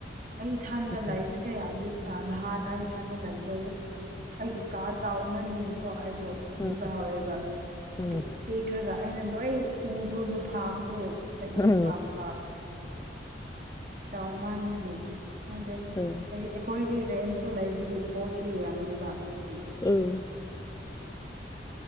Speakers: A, on the right (about 45°); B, on the left (about 20°).
A: ꯑꯩ ꯏꯊꯥꯟꯗ
B: ꯎꯝ
A: ꯂꯥꯛꯕꯁꯤ ꯁꯦ ꯍꯧꯖꯤꯛ ꯅꯍꯥꯟ ꯑꯩ ꯏꯊꯟꯗ ꯂꯩꯕꯗꫭ ꯑꯩ ꯑꯩꯒꯤ ꯀꯥ ꯆꯥꯎꯃꯟꯕꯒꯤꯀꯣ ꯑꯩꯗꯣ ꯀꯤꯕ
B: ꯎꯝ
A: ꯍꯥꯎꯔꯦꯕ
B: ꯎꯝ
A: ꯍꯥꯏꯗꯤ ꯄꯦꯛꯔꯒ ꯑꯩꯅ ꯂꯣꯏ ꯎꯕ ꯃꯐꯥꯝꯗꯣ ꯑꯗꯨ
B: ꯎꯝ
A: ꯄꯥꯝꯕ ꯆꯥꯎ ꯃꯥꯟꯕꯒꯤ ꯈꯪꯗꯦ꯫
B: <unintelligible>
A: ꯍꯥꯏꯗꯤ ꯑꯩꯈꯣꯏꯒꯤ ꯔꯦꯟꯁꯨ ꯂꯩꯕꯒꯤ ꯄꯣꯠꯁꯨ ꯌꯥꯝꯗꯦꯕ ꯑꯗꯨꯒꯤ꯫
B: <unintelligible>